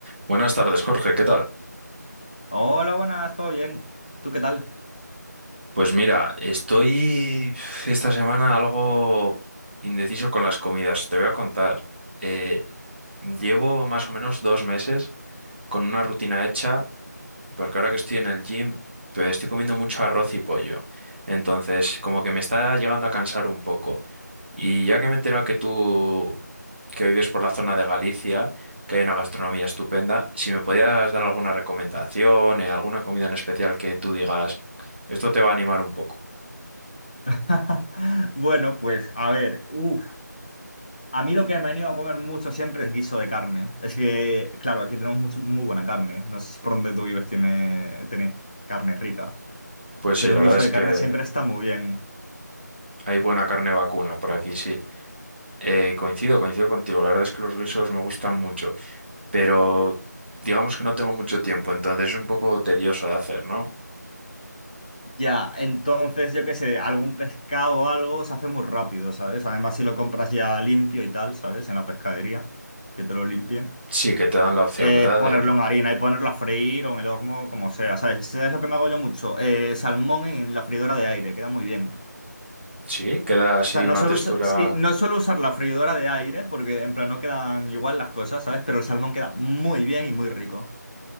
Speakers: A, in the centre; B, on the left (about 25°).
A: Buenas tardes, Jorge, ¿qué tal?
B: Hola, buenas, ¿todo bien? ¿Tú qué tal?
A: Pues mira, estoy esta semana algo indeciso con las comidas. Te voy a contar. Eh, llevo más o menos dos meses con una rutina hecha porque ahora que estoy en el gym, pues estoy comiendo mucho arroz y pollo. Entonces, como que me está llegando a cansar un poco. Y ya que me he enterado que tú, que vives por la zona de Galicia, que hay una gastronomía estupenda, si me podías dar alguna recomendación, eh, alguna comida en especial que tú digas, esto te va a animar un poco.
B: <laughs> Bueno, pues a ver, uf, a mí lo que me ha ido a comer mucho siempre es guiso de carne. Es que, claro, aquí tenemos mucho- muy buena carne. No sé si por donde tú vives tiene, tenés carne rica,
A: Pues sí,
B: pero
A: la
B: un
A: verdad
B: guiso
A: es
B: de
A: que
B: carne siempre está muy bien.
A: hay buena carne vacuna por aquí, sí. Eh, coincido, coincido contigo. La verdad es que los guisos me gustan mucho. pero digamos que no tengo mucho tiempo, entonces es un poco tedioso de hacer, ¿no?
B: Ya, entonces yo qué sé, algún pescado o algo se hace muy rápido, ¿sabes? Además, si lo compras ya limpio y tal, ¿sabes? En la pescadería, que te lo limpien.
A: Sí, que te dan la opción,
B: Es
A: ¿verdad?
B: ponerlo
A: De-
B: en harina y ponerlo a freír o en el horno, como sea. ¿Sabes? ¿Sabes lo que me hago yo mucho? Eh, salmón en la freidora de aire, queda muy bien.
A: Sí, queda
B: O
A: así
B: sea, no
A: una
B: suelo,
A: textura.
B: usa- sí, no suelo usar la freidora de aire porque en plan no quedan igual las cosas, ¿sabes? Pero el salmón queda muy bien y muy rico,